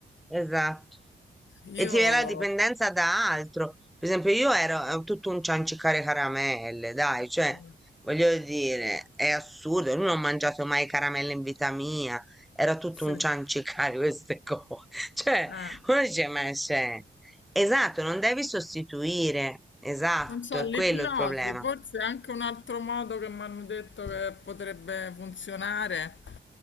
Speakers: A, in the centre; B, on the left.
A: esatto.
B: Io...
A: E ti viene la dipendenza da altro. Per esempio, io ero eh, tutto un ciancicare caramelle, dai, cioè,
B: mm,
A: voglio dire, è assurdo, io non ho mangiato mai caramelle in vita mia, era tutto
B: Sì.
A: un ciancicare <laughs> queste cose. Cioè,
B: Eh.
A: uno dice, ma c'è... Esatto, non devi sostituire, esatto,
B: Non so,
A: è
B: l'ipnosi,
A: quello il problema.
B: forse è anche un altro modo che mi hanno detto che potrebbe funzionare,